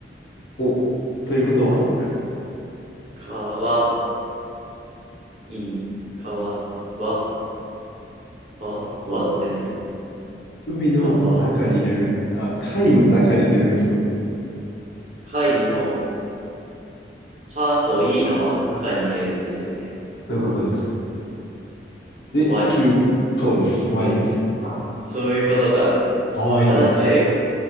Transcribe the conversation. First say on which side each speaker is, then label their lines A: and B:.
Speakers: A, on the left; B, on the right.
A: お、ということは、
B: かわいい。かわ、わ、わ、わって何
A: 海の中に入れる、
B: かわ、
A: あ、あ貝の中に入れるんですよ。
B: かいの、かといいのは中に入れるですよね。
A: そういうことです。で、
B: わい。
A: キュート、そうです。Y です。
B: あ、そういうことか。
A: かわいい。
B: あ、なんか英語、